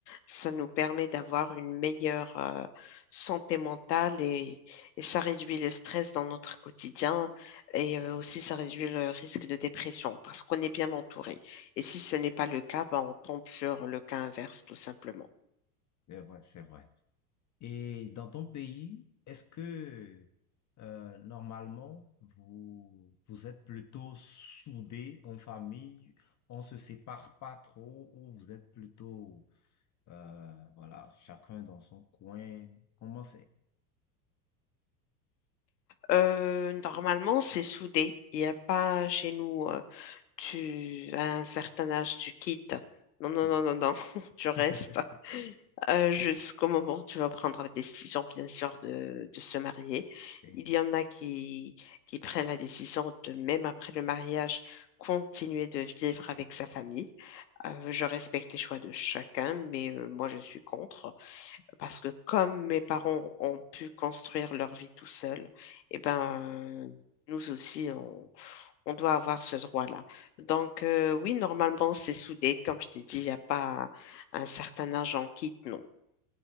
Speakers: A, on the left; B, on the left.
A: ça nous permet d'avoir une meilleure euh, santé mentale et, et ça réduit le stress dans notre quotidien et euh, aussi ça réduit le risque de dépression parce qu'on est bien entouré. Et si ce n'est pas le cas, ben on tombe sur le cas inverse tout simplement.
B: C'est vrai, c'est vrai. Et dans ton pays, est-ce que euh, normalement vous, vous êtes plutôt soudés en famille, on se sépare pas trop ou vous êtes plutôt euh, voilà, chacun dans son coin? Comment c'est?
A: Euh, normalement, c'est soudé. Il n'y a pas chez nous, euh, tu, à un certain âge, tu quittes. Non, non,
B: Hmm.
A: non, non, non, <laughs> tu restes.
B: <laughs>
A: euh, jusqu'au moment où tu vas prendre la décision, bien sûr, de, de se marier.
B: Oui,
A: Il y en a qui, qui prennent la décision de, même après le mariage, continuer de vivre avec sa famille. Euh, je respecte les choix de chacun, mais euh, moi, je suis contre. Parce que comme mes parents ont pu construire leur vie tout seuls, eh ben... Nous aussi, on, on doit avoir ce droit-là. Donc, euh, oui, normalement, c'est soudé. Comme je t'ai dit, il n'y a pas un certain âge en quitte, non.